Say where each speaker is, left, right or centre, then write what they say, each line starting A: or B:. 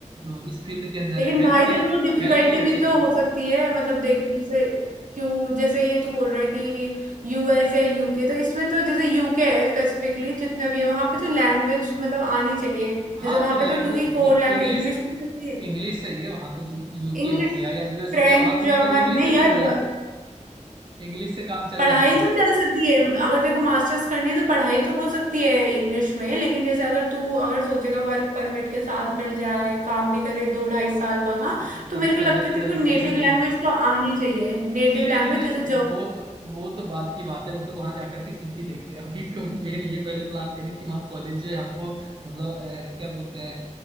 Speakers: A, on the right; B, on the right.
A: जो इस फील्ड के अंदर
B: लेकिन
A: है health
B: भाई
A: care
B: तेरे को डिफिकल्टी
A: Health care
B: भी
A: tech
B: तो हो सकती है मतलब देखने से क्यों जैसे ये तू बोल रहा है कि यूएस या यूके तो इसमें तो जैसे यूके है स्पेसिफिकली जितना भी है वहां पे तो लैंग्वेज मतलब आनी चाहिए
A: हाँ
B: जैसे वहां
A: तो लैंग्वेज
B: पे तो क्योंकि
A: दीदी
B: कोर लैंग्वेज
A: इंग्लिश
B: इंग्लिश भी चलती है
A: इंग्लिश चाहिए वहां तो यू यूके
B: इंग्लिश
A: हो गया या यूएस
B: फ्रेंच
A: हो गया वहां तो
B: जर्मन
A: मतलब इंग्लिश
B: नहीं
A: से चल
B: यार
A: जाएगी
B: ब-
A: इंग्लिश से काम चल
B: पढ़ाई
A: जाएगा
B: तो चल सकती है अगर देखो मास्टर्स करनी है तो पढ़ाई तो हो सकती है इंग्लिश में लेकिन जैसे अगर तू अगर सोचेगा वर्क परमिट के साथ मिल जाए काम भी करे दो ढाई साल वहां
A: आ,
B: तो
A: दीदी
B: मेरे को लगता
A: पहले
B: है
A: तो
B: तेरे
A: एजुकेशन
B: को नेटिव
A: के
B: लैंग्वेज
A: लिए
B: तो आनी चाहिए नेटिव
A: ठीक है
B: लैंग्वेज
A: दीदी वो
B: जैसे
A: तो वो तो बाद की बात है वो तो वहां जाकर के सीख ही लेंगे अभी तो मेन ये पहले प्लान करें कि वहाँ कॉलेज जो है हमको मतलब अ, क्या बोलते हैं